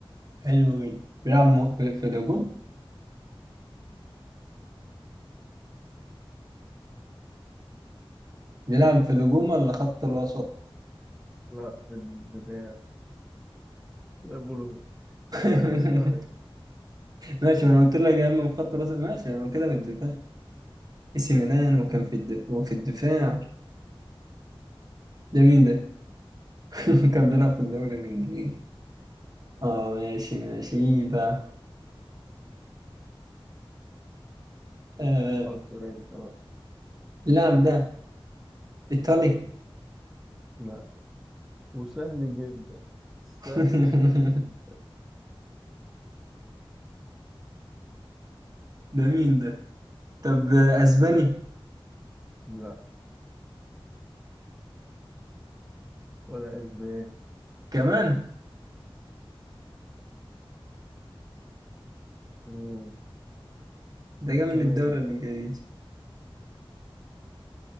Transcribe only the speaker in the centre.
لا في الدفاع لا بولو
ده بسأل عليه
فكر انت بقى.
لا وسهل جدا سهل
جدا
لا ولا اسباني
مم.
كمان